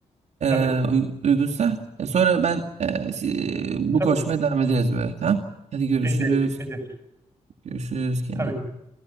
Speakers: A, on the right; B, on the right.
A: E,
B: Tabii,
A: uy- uygunsa. E, sonra ben e, si- e, bu
B: tabii.
A: koşmaya devam ederiz böyle. Tamam. Hadi görüşürüz.
B: Edet, edet.
A: Görüşürüz. Kendine.
B: Tabii.
A: iyi bak.